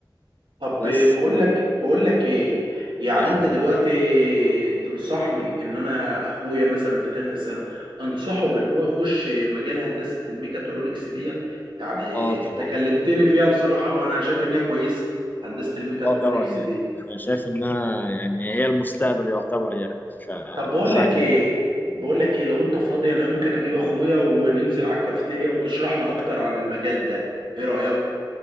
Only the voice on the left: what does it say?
بس
يا حبيبي
اه طبعا
اه طبعا يعني
انا شايف انها يعني هي المستقبل يعتبر يعني فانصحك
انك